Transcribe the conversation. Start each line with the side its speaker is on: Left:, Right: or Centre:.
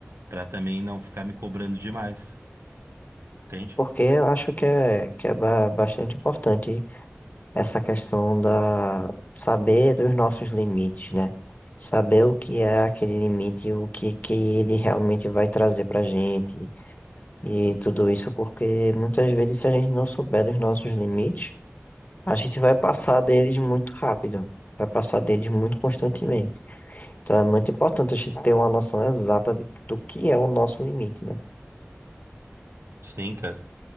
Right: para também não ficar me cobrando demais, entende?
Left: Porque eu acho que é, que é ba- bastante importante essa questão da saber os nossos limites, né? Saber o que é aquele limite, e o que, que ele realmente vai trazer pra gente E tudo isso porque muitas vezes, se a gente não souber dos nossos limites, a gente vai passar deles muito rápido, vai passar deles muito constantemente. Então é muito importante a gente ter uma noção exata de- do que é o nosso limite, né?
Right: Sim, cara,